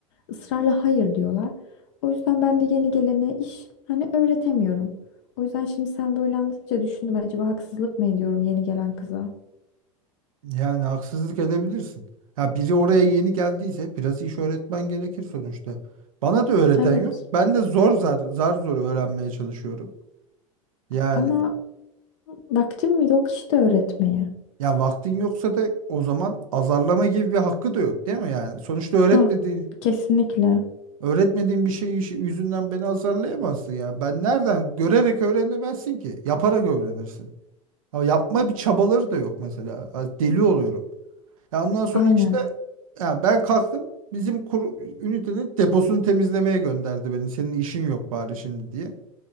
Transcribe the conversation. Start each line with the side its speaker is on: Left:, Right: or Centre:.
Left: ısrarla hayır diyorlar. O yüzden ben de yeni gelene iş hani öğretemiyorum. O yüzden şimdi sen böyle anlatınca düşündüm acaba haksızlık mı ediyorum yeni gelen kıza?
Right: yani haksızlık edebilirsin. Ya biri oraya yeni geldiyse biraz iş öğretmen gerekir sonuçta. Bana da öğreten
Left: Evet
Right: yok. Ben de zor zar, zar zor öğrenmeye çalışıyorum. Yani
Left: ama vaktim yok işte öğretmeye.
Right: Ya vaktin yoksa da o zaman azarlama gibi bir hakkı da yok değil mi yani? Sonuçta öğretmediğin,
Left: Ha kesinlikle
Right: öğretmediğin bir şey işi- yüzünden beni azarlayamazsın ya. Ben nereden görerek öğrenemezsin ki? Yaparak öğrenirsin. Ama yapma bir çabaları da yok mesela. Ha, Deli oluyorum. Ya ondan sonra
Left: aynen.
Right: işte ya ben kalktım bizim kur, ünitenin deposunu temizlemeye gönderdi beni. Senin işin yok bari şimdi diye.